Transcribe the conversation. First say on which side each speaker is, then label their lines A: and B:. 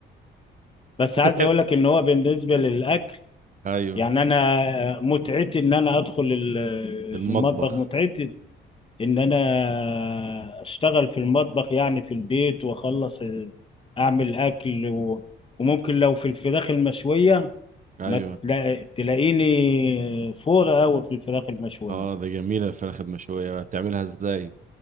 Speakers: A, on the left (about 25°); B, on the right (about 40°).
A: بس عايز
B: انت تعمل
A: اقول لك ان هو بالنسبه للاكل
B: ايوه
A: يعني انا متعتي ان انا ادخل ال-
B: المطبخ
A: المطبخ متعتي ان انا اشتغل في المطبخ يعني في البيت واخلص اعمل اكل و- وممكن لو في الفراخ المشويه
B: ايوه
A: ما تلا- تلاقيني فور قوي في الفراخ المشوية
B: اه ده جميله الفراخ المشويه بتعملها ازاي